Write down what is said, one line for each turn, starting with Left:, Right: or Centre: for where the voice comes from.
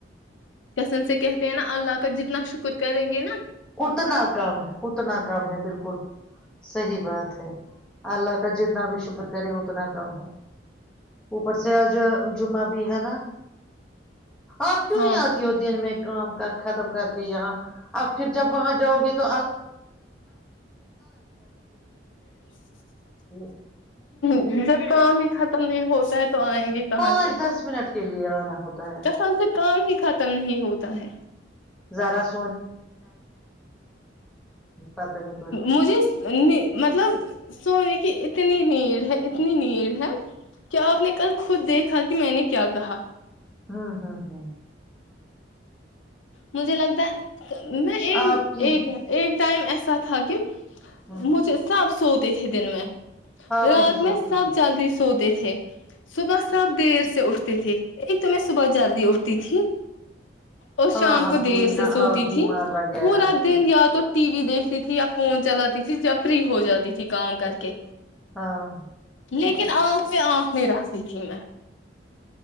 Left: کسن سے کہتے ہیں نا اللہ کا جتنا شکر ک کریں گے نا <unintelligible>
Centre: اتنا کام ہے اتنا کام ہے بالکل صحیح بات ہے اللہ کا جتنا بھی شکر کرے اتنا کم ہے اوپر سے آج جمعہ بھی ہے نا آپ کیوں
Left: ہاں
Centre: نہیں آتی ہو دن میں کام ختم کر کے یہاں اب پھر جب وہاں جاؤ گے تو <unintelligible>
Left: جب پانی ہی ختم نہیں ہوتا ہے تو آئیں گی کہاں
Centre: پانچ
Left: سے
Centre: دس منٹ کے لیے آنا ہوتا ہے
Left: کیسا ان سے کام ہی ختم نہیں ہوتا ہے
Centre: ذرا س بدتمیز لڑکی
Left: مجھے مطلب سونے کی ا اتنی نیڑ ہے اتنی نیڑ ہے کہ آپ نے کل خود دیکھا کہ میں نے کیا کہا
Centre: ہوں ہاں ہاں
Left: مجھے لگتا ہے میں یہ
Centre: آپ کی
Left: ایک ایک ائم اس سات تھا کہن
Centre: ہوں
Left: مجھے سب سو تھے دن میں
Centre: آپ
Left: رات
Centre: نہیں سوتی
Left: میں سب
Centre: تھی
Left: جلدی سوتے تھے تھے صبح سب دیر سے اٹھتے تھے ایک تو میں صبح جلدی اٹھتی تھی اور
Centre: ہاں
Left: شام
Centre: اب
Left: کو دیر
Centre: ہوئی نا
Left: سے سوتی
Centre: آپ بیمار
Left: تھی
Centre: وغیرہ
Left: پورا
Centre: ہاں
Left: دن یا تو ٹی وی دیکھ تھی یا فون چلاتی تھی جب فری ہو جاتی تھی کام کر کے
Centre: ہاں
Left: لیکن آنکھ سے آنکھ نہیں رکھتی تھی میں